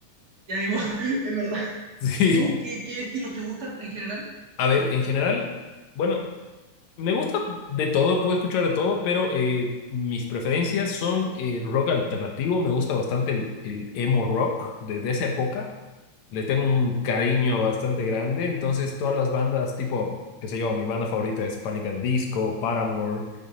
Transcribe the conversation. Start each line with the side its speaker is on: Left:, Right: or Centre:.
Right: Ya ni modo, <laughs> es verdad.
Left: <laughs>
Right: ¿Y
Left: Sí.
Right: tú? ¿Qué, qué estilos te gustan en general?
Left: A ver, en general, bueno. Me gusta de todo, puedo escuchar de todo, pero eh, mis preferencias son el rock alternativo. Me gusta bastante el, el emo rock desde esa época. Le tengo un cariño bastante grande. Entonces, todas las bandas, tipo, qué sé yo, mi banda favorita es Pánica de Disco, Paramore,